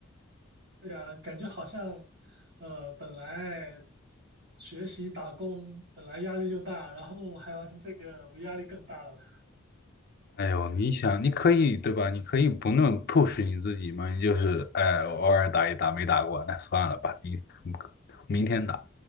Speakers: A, on the right (about 50°); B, on the left (about 45°).
A: 对啊，感觉好像呃本来学习打工本来压力就大，然后还玩这个不压力更大了吗？
B: 哎呦，你想，你可以对吧？你可以不那么 push 你自己嘛，你就是哎，我偶尔打一打，没打过，那算了吧，你明天打。